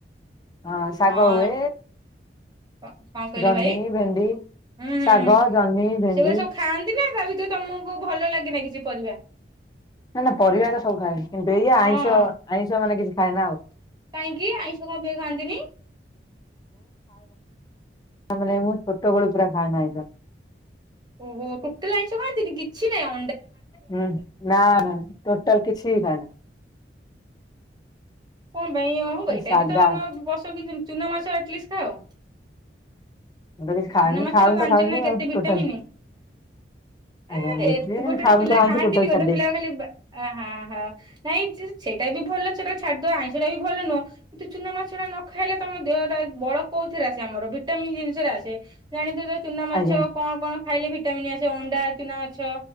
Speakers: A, on the left; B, on the right.
A: ହଁ ଶାଗ
B: ହଁ।
A: ହୁଏ।
B: କଣ କହିଲେ
A: ଜହ୍ନି
B: ଭାଇ
A: ଭେଣ୍ଡି
B: ହୁଁ ହୁଁ
A: ଶାଗ ଜହ୍ନି ଭେଣ୍ଡି
B: ସେଗୁଡା ସବୁ ଖାଆନ୍ତିନା? ତାଭିତରେ ତମକୁ ଭଲ ଲାଗେନା କିଛି ପରିବା?
A: ନାନା ପରିବାତ ସବୁ ଖାଏ କିନ୍ତୁ ଏଇ ଆଇଁଷ
B: ହଁ
A: ଆଇଁଷ ମାନେ କିଛି ଖାଏନା ଆଉ।
B: କାହିଁକି ଆଇଁଷ କଣପାଇଁ ଖାଆନ୍ତିନି?
A: ତାମାନେ ମୁଁ ଛୋଟବେଳୁ ପୁରା ଖାଏନା ଆଇଁଷ।
B: ଓହୋ ଟୋଟାଲ ଆଇଁଷ ଖାଆନ୍ତିନି କିଛି ନାଇଁ
A: ହୁଁ ନା ନା ଟୋଟାଲ କିଛି ବି ଖାଏନା।
B: କଣ ପାଇଁ ହଉ ଏଇଟାବିତ
A: ସାଧା
B: ଆମ ବସକୁ ଚୁନା ମାଛ ଏଟଲିଷ୍ଟ ଖାଅ?
A: ମୁତ କିଛି ଖାଏନି
B: ଚୁନା ମାଛ
A: ଖାଉନିତ
B: ଟା ଜାଣିଛନ୍ତି
A: ଖାଉନି
B: ନା କେତେ
A: ଆଉ
B: ଭିଟାମିନ
A: ଟୋଟାଲ। ଆଜ୍ଞା
B: ଏ
A: ବୁଝିଲି
B: ଏତ
A: କିନ୍ତୁ
B: ଗୋଟେ ଗୋଟେ
A: ଖାଉନି
B: ପିଲା
A: ତ ଆଇଁଷ
B: ଖାଆନ୍ତିନି
A: ଟୋଟାଲ
B: ଗୋଟେ
A: ଛାଡି ଦେଇଛି।
B: ପିଲା ଖାଲି ହ ହ ହ ନାଇଁ ଯେ ଚ୍ଛେ ସେଇଟାବି ଭଲ ସେଟା ଛାଡିଦିଅ ଆଇଁଷଟାବି ଭଲ ନୁହଁ କିନ୍ତୁ ଚୁନା ମାଛଟା ନଖାଇଲେ ତମ ଦେହଟା ବଳ କଉଥିର ରେ ଆସେ ଆମର ଭିଟାମିନ୍ ଜିନିଷରେ ଆସେ ଜାଣିଥି ଚୁନା ମାଛ
A: ଆଜ୍ଞା।
B: କଣ କଣ ଖାଇଲେ ଭିଟାମିନ ଆସେ ଅଣ୍ଡା ଚୁନା ମାଛ